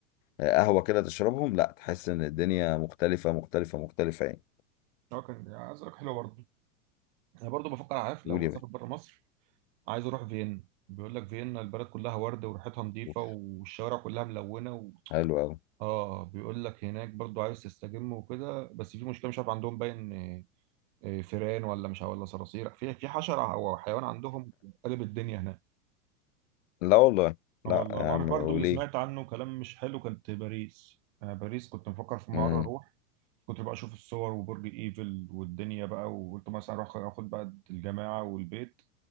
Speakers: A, on the left (about 60°); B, on the right (about 50°).
A: قهوة كده تشربهم لا تحس ان الدنيا مختلفة مختلفة مختلفة يعني
B: اه كان عايز اقول لك حلوه برضه انا برضه بفكر عارف
A: قول
B: لو
A: يا
B: اسافر
A: باشا
B: بره مصر عايز اروح فيينا بيقول لك فيينا البلد كلها ورد وريحتها نظيفه
A: قول.
B: والشوارع كلها ملونه و...
A: حلو أوي
B: اه بيقول لك هناك برضه عايز تستجم وكده بس في مشكله مش عارف عندهم باين آه، آه، فيران ولا مش عارف- ولا صراصير في في حشره او حيوان عندهم قلب الدنيا هناك
A: لا والله
B: اه
A: لا
B: والله
A: يا
B: وعارف
A: عم
B: برضه
A: وليه
B: اللي سمعت عنه كلام مش حلو كانت باريس انا باريس كنت مفكر في مره
A: امم
B: اروح كنت بقى اشوف الصور وبرج ايفل والدنيا بقى وقلت مثلا اروح اخد بقى الجماعه والبيت